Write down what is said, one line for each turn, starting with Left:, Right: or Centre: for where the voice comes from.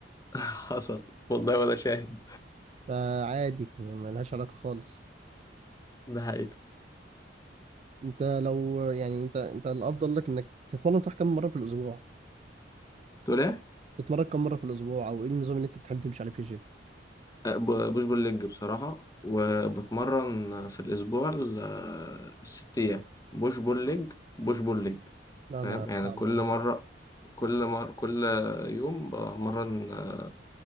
Left: <laughs> حصل والله ولا شاهد
Right: فعادي يعني ملهاش علاقه خالص
Left: ده حقيقه
Right: انت لو يعني انت انت الافضل لك انك تتمرن صح كم مره في الاسبوع
Left: تقول ايه
Right: تتمرن كم مرة في الأسبوع أو إيه النظام اللي أنت بتحب تمشي عليه في الجيم؟
Left: أه، ب- بوش بول ليج بصراحة وبتمرن في الأسبوع ال- الست أيام بوش بول ليج بوش بول ليج
Right: لا
Left: فاهم
Right: أنا
Left: يعني
Right: صعب
Left: كل
Right: أوي
Left: مرة كل مرة كل يوم بمرن آه،